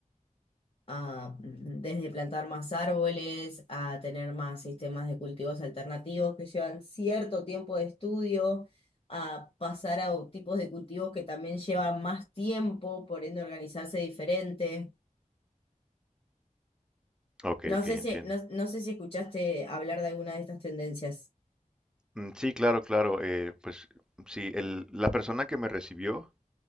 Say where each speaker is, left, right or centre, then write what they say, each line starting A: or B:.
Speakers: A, on the left; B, in the centre.
A: a mm, desde plantar más árboles, a tener más sistemas de cultivos alternativos que llevan cierto tiempo de estudio, a pasar a o- tipos de cultivos que también llevan más tiempo, por ende organizarse diferente.
B: Ok,
A: No
B: ok,
A: sé
B: entiendo.
A: si, no, no sé si escuchaste hablar de alguna de estas tendencias.
B: Mm, Sí, claro, claro. eh, pues sí, el, la persona que me recibió